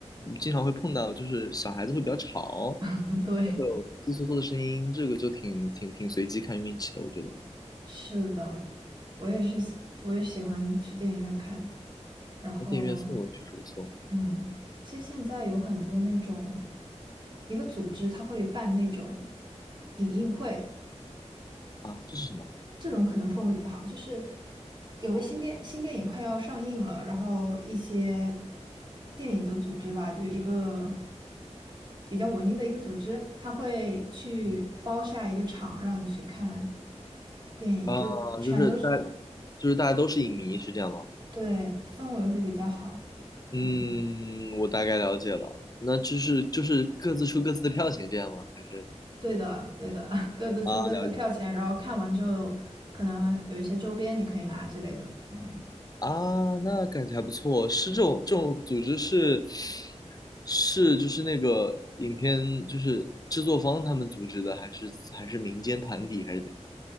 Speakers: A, on the left (about 35°); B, on the right (about 40°).
A: 嗯经常会碰到，就是小孩子会比较吵，
B: <laughs> 对。
A: 会有窸窸窣窣的声音，这个就挺挺挺随机看运气的，我觉得。
B: 是的，我也是喜，我也喜欢去电影院看。然后，
A: 那电影院氛围确实不错
B: 嗯，其实现在有很多那种，一个组织它会办那种影映会，
A: 啊，这是什么？
B: 这种可能氛围比较好。就是有个新电新电影快要上映了，然后一些电影的组织吧，就一个比较文艺的一个组织，他会去包下一个场让你去看
A: 嗯，
B: 电影，
A: 啊，
B: 就全都是。
A: 就是大，就是大家都是影迷，是这样吗？
B: 对，氛围会比较好。
A: 嗯，
B: 嗯，
A: 我大概了解了。那就是就是各自出各自的票钱这样吗？还是
B: 对的，对的，<laughs> 各自出各自的票钱，
A: 啊，了解。
B: 然后看完之后，可能有一些周边你可以拿之类的。嗯，
A: 啊，那感觉还不错。是这种这种组织是是就是那个影片就是制作方他们组织的，还是还是民间团体还是怎样？